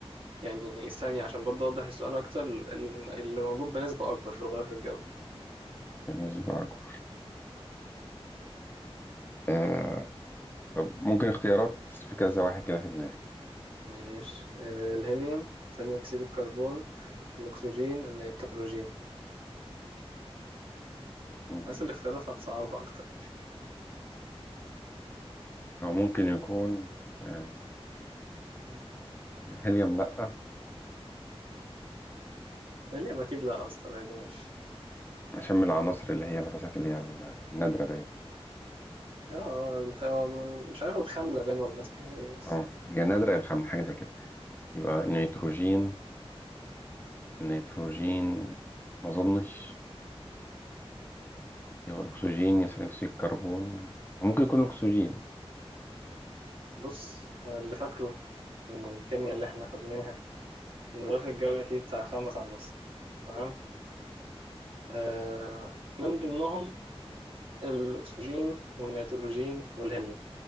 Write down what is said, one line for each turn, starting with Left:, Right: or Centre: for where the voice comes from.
Right: يعني ثانية عشان برضه اوضح السؤال اكتر ال- اللي موجود بنسبة اكبر في الغلاف الجوي
Left: كان يسبقك آه طب ممكن اختيارات في كذا واحد كده في دماغي
Right: ماشي آه، الهيليوم ثاني اكسيد الكربون الاكسجين النيتروجين
Left: مم.
Right: اسأل الاختيارات هتصعبها اكتر
Left: او ممكن يكون آه
Right: مم.
Left: هيليوم لا
Right: الهيليوم اكيد لا اصلا بعيد ماشي
Left: عشان من العناصر اللي هي الغازات اللي هي ال- النادرة باين
Right: مم. اه آه، الخ- آه، مش عارف الخاملة باين ولا اسمها ايه بس
Left: اه هي نادرة يا الخام حاجة زي كده يبقى نيتروجين
Right: آه.
Left: النيتروجين ما أظنش يبقى الأكسجين
Right: مم.
Left: يا ثاني أكسيد الكربون ممكن يكون الأكسجين
Right: بص أنا اللي فاكره من الكيمياء اللي احنا خدناها ان الغلاف الجوي فيه بتاع خمس عناصر تمام آه من ضمنهم الاكسجين والنيتروجين والهيليوم